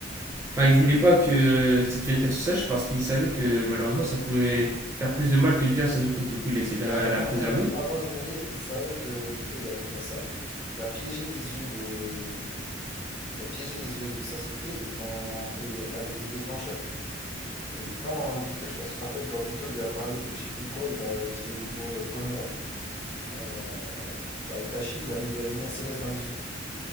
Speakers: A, on the right; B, on the left.
A: Enfin, il voulait pas que cette vérité elle se sache parce qu'il savait que malheureusement ça pouvait faire plus de mal que de bien à Sasuke. Du coup, il a essayé de
B: Carrément,
A: la, la préserver.
B: même avant de mourir, il savait que Obito il allait faire ça. Il a piégé les yeux de, il a piégé les yeux de Sasuke et quand et avec des déclencheurs. Et quand Obito, je sais pas si tu te rappelles, quand Obito lui a parlé de je sais plus quoi, il a utilisé le mot euh, Konoha. euh, bah Itachi, il lui a mis la lumière céleste dans les yeux.